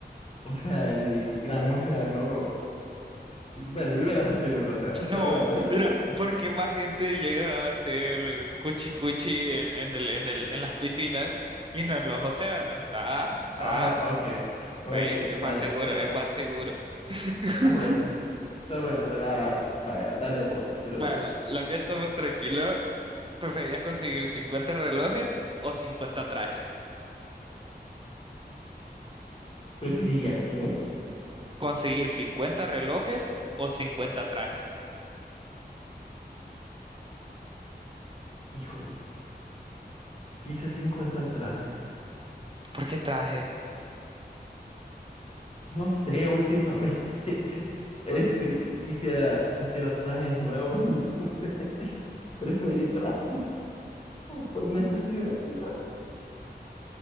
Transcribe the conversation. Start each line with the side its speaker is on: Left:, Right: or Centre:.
Left: o sea, en el gran océano, y bueno, yo hubiera preferido el océano,
Right: No,
Left: pero bueno, <laughs>
Right: mira, ¿por qué más gente llega a hacer cuchi cuchi en, en el, en el, en las piscinas y no en los océanos? Ah, ah,
Left: ah, ok, ok,
Right: ve, es
Left: va,
Right: más seguro,
Left: está
Right: es
Left: bien,
Right: más seguro. <laughs>
Left: está bueno. Está bueno, te la valgo. Vaya, dale vos, quiero
Right: Bueno,
Left: ver.
Right: la, la mía está más tranquila. ¿Preferías conseguir cincuenta relojes o cincuenta trajes?
Left: ¿Preferirías qué?
Right: ¿Conseguir 50 relojes o 50 trajes?
Left: Híjole, quizás 50 trajes.
Right: ¿Por qué trajes?
Left: No sé, últimamente. <laughs> Este, quisiera, quisiera trajes nuevos, <laughs> entonces preferí trajes por necesidad, quizás.